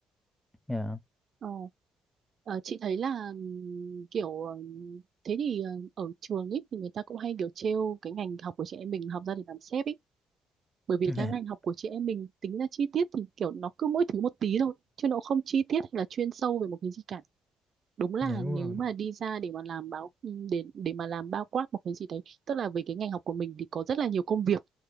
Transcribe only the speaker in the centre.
dạ
<laughs>
dạ đúng
rồi